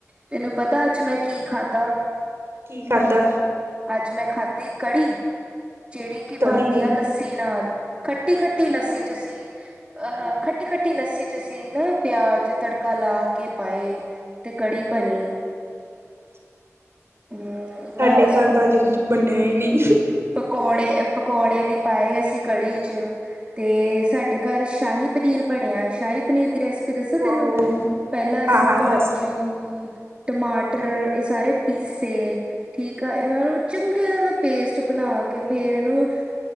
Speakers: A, on the right; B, on the right.
A: ਤੈਨੂੰ ਪਤਾ
B: ਓਕੇ।
A: ਅੱਜ ਮੈਂ ਕੀ ਖਾਧਾ
B: ਕੀ ਖਾਧਾ?
A: ਅੱਜ ਮੈਂ ਖਾਧੀ ਕੜੀ ਜਿਹੜੀ ਕਿ
B: ਤਰੀ
A: ਬਣਦੀ
B: ਹੀ
A: ਆ ਲੱਸੀ ਨਾਲ ਖੱਟੀ
B: ਅੱਛਾ,
A: ਖੱਟੀ ਲੱਸੀ ਚ ਅਸੀਂ ਅਹ ਹ ਖੱਟੀ ਖੱਟੀ ਲੱਸੀ ਚ ਅਸੀਂ ਨਾ ਪਿਆਜ ਤੜਕਾ ਲਾ ਕੇ ਪਾਏ ਤੇ ਕੜੀ ਪਨੀਰ
B: <unintelligible>
A: ਹਮ
B: ਸਾਡੇ
A: ਨਾ ਅਸੀਂ
B: ਘਰ
A: ਪ
B: ਤਾਂ ਅਜੇ ਕੁਛ ਬਣਿਆ ਹੀ ਨਹੀਂੀ
A: ਪਕੌੜੇ ਪਕੌੜੇ ਵੀ ਪਾਏ ਅਸੀਂ ਕੜੀ ਚ ਤੇ ਸਾਡੇ ਘਰ ਸ਼ਾਹੀ ਪਨੀਰ ਬਣਿਆ ਸ਼ਾਹੀ ਪਨੀਰ ਦੀ ਰੈਸਿਪੀ ਦੱਸਿਆ
B: ਵਾਓ
A: ਤੈਨੂੰ ਪਹਿਲਾਂ ਅਸੀਂ
B: ਹਾਂ, ਹਾਂ
A: ਕਾਜੂ
B: ਦੱਸ
A: ਟਮਾਟਰ ਇਹ ਸਾਰੇ ਪੀਸੇ ਠੀਕ ਆ ਇਹਨਾਂ ਨੂੰ ਚੰਗੇ ਇਹ ਦਾ ਪੇਸਟ ਬਣਾ ਕੇ ਫੇਰ ਇਹਨੂੰ